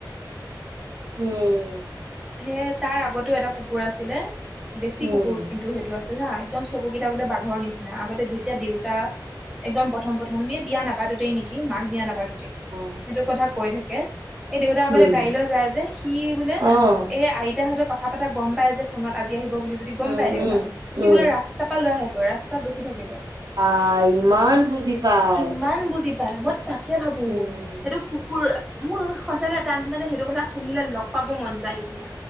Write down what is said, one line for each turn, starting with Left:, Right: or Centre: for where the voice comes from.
Right: উম,।
Centre: সেয়া তাৰ আগতো এটা কুকুৰ আছিলে, দেচি
Right: উম
Centre: কুকুৰ কিন্তু সেইটো আছিল। হা এক্দম চকু কেইটা বোলে বাঘৰ নিচিনা, আগতে যেতিয়া দেউতা একদম প্ৰথম প্ৰথম এ বিয়া নাপা তোতেই নেকি মাক বিয়া নাপাতোতেই।
Right: অ
Centre: সেইটো কথা কৈ থাকে, এই দেউতা আগতে
Right: উম।
Centre: গাড়ী লৈ যায় যে, সি বোলে
Right: অ',
Centre: এই আইতাহঁতে কথা পাতা গম পাই যে ফোনত আজি আহিব বুলি যদি গম
Right: উম,
Centre: পাই দেউতা,
Right: উম,
Centre: সি
Right: উম,
Centre: বোলে ৰাস্তা পৰা লৈ আহে গৈ, ৰাস্তাত ৰখি থাকে গৈ।
Right: বা ইমান বুজি পায়।
Centre: ইমান বুজি পায় মই তাকে ভাবো,
Right: উম,
Centre: সেইটো কুকুৰ মোৰ সঁচাকে তাক মানে সেইটো কথা শুনিলে লগ পাব মন যায় এতিয়া।